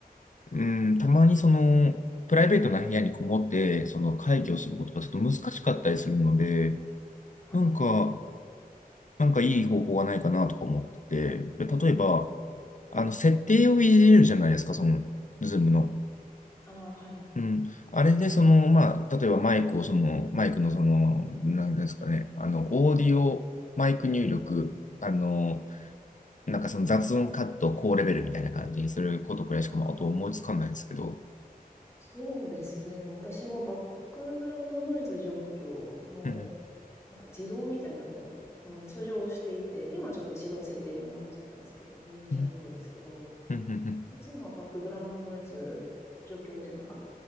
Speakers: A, on the left; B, on the left.
A: うん、たまにその、プライベートな部屋にこもって、その会議をすることがちょっと難しかったりするので、
B: うん。はい。
A: なんか、なんかいい方法はないかなとか思ってて、で例えば、あの、
B: はい。
A: 設定を入れるじゃないですか、その、ズームの。
B: ああ、はい。う
A: うん。あれで、その、まあ、例えばマイクを、その、マイクの、その、なんですかね、あの、オーディオ、マイク入力、
B: ん。
A: あの、なんかその雑音カット、高レベルみたいな感じにすることくらいしか、
B: ああ、
A: まあ、あと思いつかないですけど。
B: そうですね。私もバックグラウンドノイズ除去の、
A: うん
B: なんか自動みたいなのを、あの、通常していて、今はちょっと違う設定にはなっちゃってますけど、ミュージシャン用ですけど、
A: うんうんうんうんうん
B: いつもはバックグラウンドノイズ除去っていうのが